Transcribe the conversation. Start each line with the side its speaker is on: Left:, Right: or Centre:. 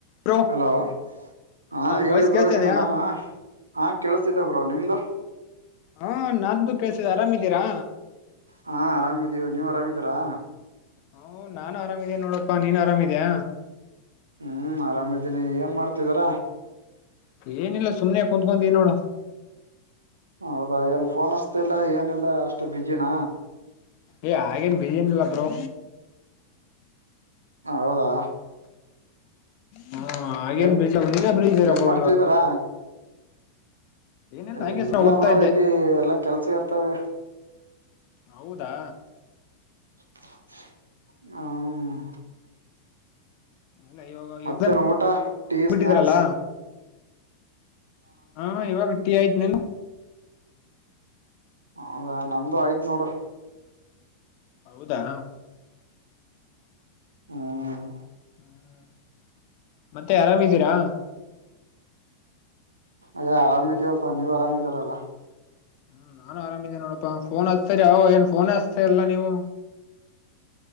Left: ಬ್ರೋ
Right: ಹಲೋ ಹಾ ಹೇಳಿಬ್ರೋ
Left: ವಾಯ್ಸ್ ಕೇಳ್ತಾ
Right: ಏನ್
Left: ಇದೆಯಾ
Right: ಆರಾಮ ಹಾ ಕೇಳಸತಿದ್ದ ಬ್ರೋ ನಿಮ್ದು
Left: ಹಾ ನನ್್ದು ಕಳ್ಸಿದ್ದ ಆರಾಮಿದ್ದೀರಾ
Right: ಹಾ ಅರಾಮಿದೀವು ನೀವ್ ಅರಾಮಿದೀರಾ
Left: ಹ ನಾನ್ ಆರಾಮಿದೇ ನೋಡಪ್ಪಾ ನೀನ್ ಆರಾಮಿದ್ಯಾ
Right: ಹ್ಮ್ ಆರಾಮಿದ್ದೀನಿ ಏನ್ ಮಾಡ್ತಿದಾರ
Left: ಏನಿಲ್ಲ ಸುಮನೆ ಕುತ್ಕೊೀ ನೋಡು
Right: ಹೌದಾ ಏನ್ ಫೋನ್ ಅಷ್ಟತಿ ಇಲ್ಲ ಏನಿಲ್ಲ ಅಷ್ಟು ಬಿಝಿನ
Left: ಏ ಆೇನ್ ಬೀಜನಿಲ್ಲ ಬ್ರೋ
Right: ಹೌದಾ
Left: ಹಾ ಹಾಗೇನ್
Right: ಏನ್
Left: ಬಿಜಿ ನೀವೇ ಬಿಜಿ ಇದೀರಾ
Right: ಏನ್
Left: ಬ್ರೋ
Right: ಮಾಡ್ತಿದಿರಾ
Left: ಇವಾಗ ಏನಿಲ್ಲ
Right: ಏ
Left: ಹಂಗೆ ಸುಮ್ನೆ
Right: ಇಲ್ಲ
Left: ಓದ್ತಾ
Right: ಬ್ರೋ
Left: ಇದ್ದೆ
Right: ಇಲ್ಲಿ ಎಲ್ಲಾ ಕೆಲ್ಸ ಇರ್ತವೆ
Left: ಹೌದಾ
Right: ಹ್ಮ
Left: ಇಲ್ಲ ಇವಾಗ
Right: ಮತ್ತೇನ್
Left: ಎಕ್ಸಾಮ್
Right: ಊಟಾ ಟೀ
Left: ಬಿಟ್ಟಿದ್ರಲ್ಲ
Right: ಸ್ನ್ಯಾಕ್ಸ್
Left: ಹಾ ಇವಾಗ ಟೀ ಆಯ್ತು ನಿಂದ್
Right: ಹೌದಾ ನಮ್ದು ಆಯ್ತ್ ನೋಡು
Left: ಹೌದಾ
Right: ಹ್ಮ್
Left: ಹ್ಮ ಮತ್ತೆ ಆರಾಮಿದ್ದೀರಾ
Right: ಏ ಆರಾಮ ಇದೀವಪ್ಪ ನೀವು ಆರಾಮ ಇದಿರ ಅಲಾ
Left: ಹ್ಮ್ ನಾನು ಆರಾಮಿದಿನಿ ನೋಡಪ್ಪಾ ಫೋನ್ ಹಚ್ತರಿ ಅವಗ ಅವಗ ಏನ್ ಫೋನೇ ಹಾಸ್ತಯಿಲ್ಲ ನೀವು